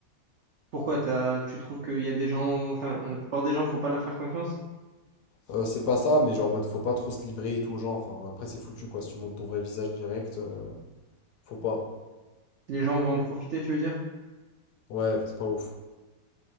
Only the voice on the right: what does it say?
Pourquoi t'as, tu trouves qu'il y a des gens, enfin, la plupart des gens, faut pas leur faire confiance?
Les gens vont en profiter, tu veux dire?